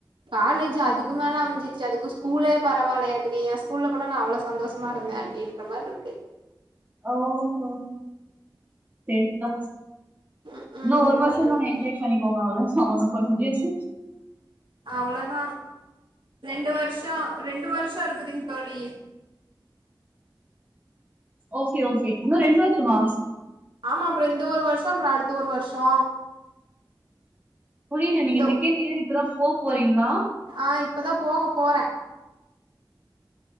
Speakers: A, on the right; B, on the right.
A: காலேஜ் அதுக்கு மேல அமைஞ்சிருச்சு அதுக்கு ஸ்கூலே பரவாயில்லையாட்டுக்கு ஏன் ஸ்கூல்ல கூட நா அவ்ளோ சந்தோஷமா இருந்தேன் அப்டின்ற மாரி இருக்கு
B: ஓஹோ செரி தா
A: ம் ம்
B: இன்னும் ஒரு
A: என்ன
B: வருஷம்
A: பண்றது
B: தா என்ஜாய் பண்ணிக்கோங்க அவ்ளோ தா ஒன்னும் பண்ண முடியாது
A: அவ்ளோதா ரெண்டு வருஷம் ரெண்டு வருஷேம் இருக்குதுங்க தோழி
B: ஒகே ஓகே இன்னு ரெண்டு வருஷமா
A: ஆமா அப்றோ இந்த ஒரு வருஷே அப்றோ அடுத்த ஒரு வருஷோ
B: புரிலா நீங்கா
A: இந்த
B: செக்ண்ட் இயேர் இப்ப தா போ போறிங்ளா
A: ஆ இப்பா தா பேகா பேறோன்